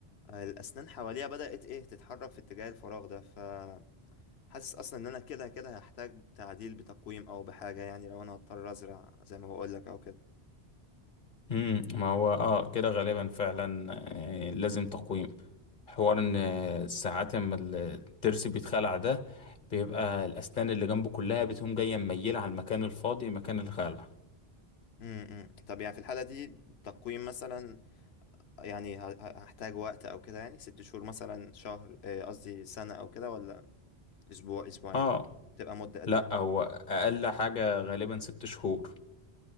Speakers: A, on the left; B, on the left.
A: آه، الاسنان حواليها بدات ايه تتحرك في اتجاه الفراغ ده فحاسس اصلا ان انا كده كده هحتاج تعديل بتقويم او بحاجه يعني لو انا هضطر ازرع زي ما بقولك او كده
B: امم ما هو اه كده غالبا فعلا آه، لازم تقويم حوار ان آه، ساعات اما الضرس بيتخلع ده بيبقى الاسنان اللي جنبه كلها بتقوم جايه مميله على المكان الفاضي مكان الخلع
A: امم طب يعني في الحاله دي تقويم مثلا يعني ه- ه- هحتاج وقت او كده يعني ست شهور مثلا شهر آه، قصدي سنه او كده ولا اسبوع اسبوعين
B: اه
A: تبقى مده قد
B: لا
A: ايه
B: هو اقل حاجه غالبا ست شهور